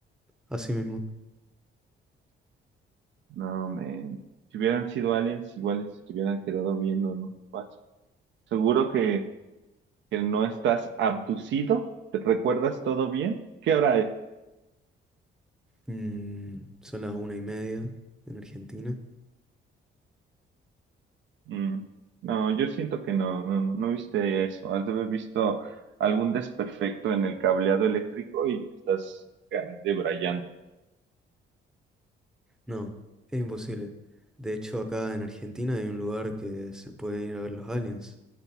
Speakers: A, in the centre; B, on the right.
A: así mismo.
B: No, men. Si hubieran sido aliens, iguales se te hubieran quedado viendo, ¿no? Más. Seguro que, que no estás abducido, ¿te recuerdas todo bien? ¿Qué hora es?
A: Mm, son las una y media en Argentina.
B: Mm, No, yo siento que no, no, no viste eso. Has de haber visto algún desperfecto en el cableado eléctrico y te estás acá debrayando.
A: No, es imposible. De hecho, acá en Argentina hay un lugar que se pueden ir a ver los aliens.